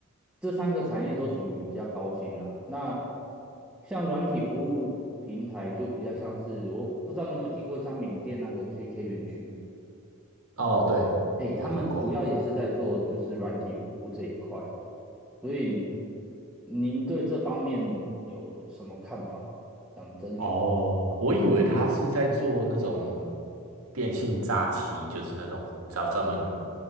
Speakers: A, in the centre; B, on the right (about 85°).
A: 这三个产业都属于比较高薪啦、那像软体服务平台就比较像是，我不知道你有没有听过像缅甸那个 KK 园区，
B: 哦，对，
A: 哎，
B: 我听过。
A: 他们主要也是在做就是软体服务这一块，所以您对这方面有什么看法？想征询。
B: 哦，我以为他是在做那种电信诈欺，就是那种你知道专门